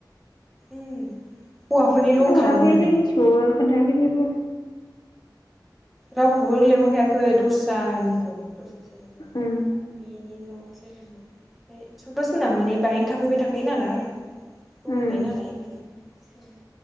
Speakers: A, in the centre; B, on the left.
A: उम हौवाफोरनिल'
B: फन
A: होनखादोंमोन
B: हराखै जोंनि <unintelligible> खौबो खोन्थायाखै जेबो
A: रावखौबो लेंंहरखायाखै दस्रानि खौ <unintelligible> ओमफ्राय बिनिल'
B: उम
A: जायगानि नाम सन्थस मोना माने बाहायनो थाफैबाय थाखायो नालाय दंहैखायो
B: उम
A: नालाय ओंखायनो